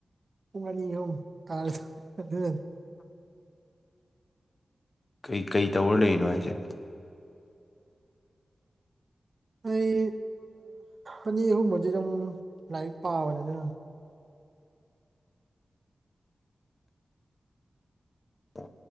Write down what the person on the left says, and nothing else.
ꯀꯩ ꯀꯩ ꯇꯧꯔ ꯂꯩꯔꯤꯅꯣ ꯍꯥꯢꯁꯦ
ꯑꯣ